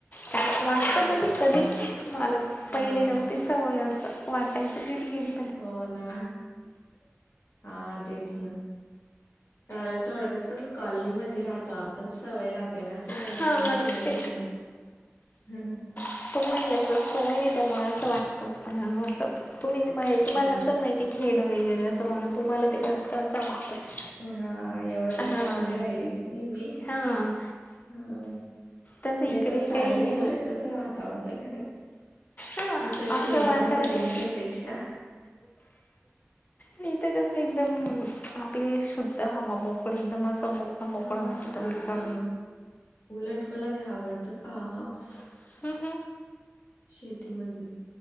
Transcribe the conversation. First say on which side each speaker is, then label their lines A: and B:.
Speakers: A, on the left; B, on the left.
A: का वाटत
B: नाही
A: कधी कधी मला
B: हा
A: पहिले नव्ह ते सवय असं वाटायचं गली गेली
B: हो ना हा तेच ना कारण थोडं कसच कॉलनी मध्ये राहतो आपण सवय राहते ना तेव्हा एकदम
A: हां
B: सुन
A: ते
B: सुन हम् हम
A: तो असं सोय नाही त्यामुळे असं वाटतं पण असं तुम्ही माहि तुम्हाला
B: अ
A: नसाल माहिती खेड वगैरे असं बणून तुम्हाला ते जास्त असं वाटतं
B: हा एवढं कराय
A: हां
B: म्हणजे राहिलीच नाही मी
A: हां
B: हा
A: तसं इकडे
B: नाही पण चांगले
A: काही नाही
B: बलेट तस वातावरण
A: हां
B: इथ अस
A: असं
B: लोकांच
A: वातावरण
B: टेन्शन पेक्षा
A: नाही तर कस एकदम आपले शुद्ध हवा मोकळे एकदम असं मोक आप मोकळा
B: हा
A: वाचत
B: तेच
A: असं
B: ना मग उलट मला ते आवडतं फार्म हाऊस
A: हटज
B: शेतीमध्ये